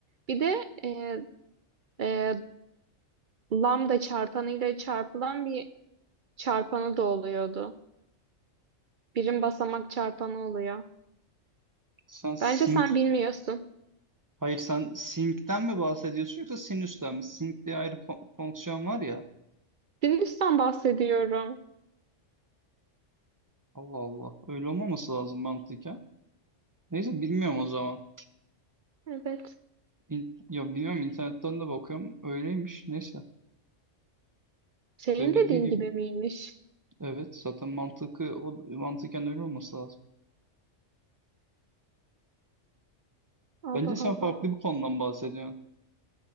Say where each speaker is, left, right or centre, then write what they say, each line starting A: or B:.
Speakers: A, on the right (about 55°); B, on the right (about 20°).
A: Bir de e, e, lambda çarpanıyla çarpılan bir çarpanı da oluyordu. Birim basamak çarpanı oluyor.
B: Sen sync
A: Bence sen bilmiyorsun.
B: Hayır sen sync'ten mi bahsediyorsun yoksa sinüsten mi? Sync diye ayrı fon- fonksiyon var ya.
A: Sinüsten bahsediyorum.
B: Allah Allah. Öyle olmaması lazım mantıken. Neyse bilmiyorum o zaman.
A: Evet.
B: İn- ya bilmiyorum internetten de bakıyorum. Öyleymiş. Neyse.
A: Senin
B: Benim dediğim
A: dediğin
B: gibi.
A: gibi miymiş?
B: Evet zaten mantıklı o mantıken öyle olması lazım.
A: Allah
B: Bence sen
A: Allah.
B: farklı bir konudan bahsediyorsun.